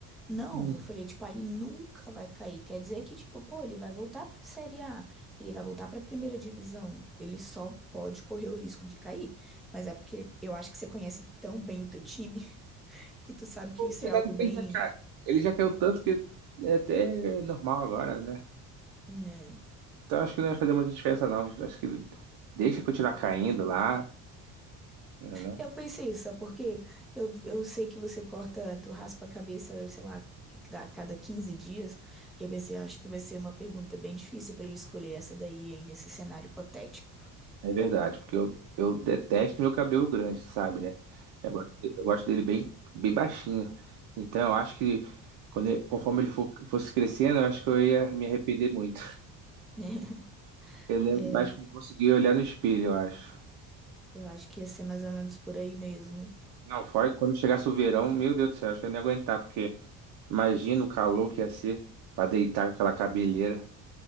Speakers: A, in the centre; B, on the right.
A: Não,
B: Hum.
A: eu falei, tipo, ah, ele nunca vai cair. Quer dizer que, tipo, pô, ele vai voltar pra Série A, ele vai voltar pra primeira divisão. Ele só pode correr o risco de cair. Mas é porque eu acho que você conhece tão bem o teu time <laughs> que tu sabe que isso
B: Apesar
A: é algo
B: de que
A: bem,
B: ele já, ca- ele já caiu tanto que é até normal agora, né?
A: né?
B: Então acho que não ia fazer muita diferença não, acho que deixa continuar caindo lá, né, não?
A: Eu pensei isso, sabe por quê? Eu, eu sei que você corta, tu raspa a cabeça, sei lá, a cada 15 dias. E eu pensei, "Ah, acho que vai ser uma pergunta bem difícil pra ele escolher essa daí, hein, nesse cenário hipotético.
B: É verdade, porque eu, eu detesto meu cabelo grande, sabe, né? Eu gosto, eu gosto dele bem, bem baixinho. Então, eu acho que quando ele- conforme ele for fosse crescendo, eu acho que eu ia me arrepender muito. <laughs>
A: <laughs>
B: Eu nem-
A: É,
B: acho que me consegui olhar no espelho, eu acho.
A: eu acho que ia ser mais ou menos por aí mesmo.
B: Não, fora que quando chegasse o verão, meu Deus do céu, acho que eu não ia aguentar, porque imagina o calor que ia ser pra deitar com aquela cabeleira.